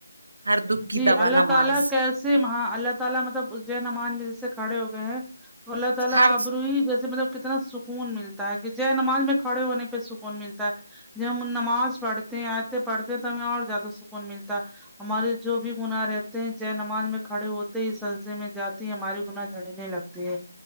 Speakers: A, on the right (about 75°); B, in the centre.
A: ہر دکھ کی
B: جی
A: دوا
B: اللہ
A: نماز
B: تعالی کیسے ہاں اللہ تعالی مطلب جاۓ نماز میں جیسے کھڑے ہو گئے ہیں اللہ تعالی
A: ہر
B: آبرو ہی جسے مطلب کتنا س کون ملتا ہے کہ جے نماز میں کھڑے ہونے پہ سکون ملتا ہے جب ہم نماز پڑھتے ہیں آیتن پڑھتے ہیں تو ہمیں اور زیادہ سکون ملتا ہے ہمارے جو بھی گناہ رہتے ہیں جاۓ نماز میں کھڑے ہوتے ہی سجدہ میں جاتے ہمارے گنااہ جھڑنے لگتے ہیں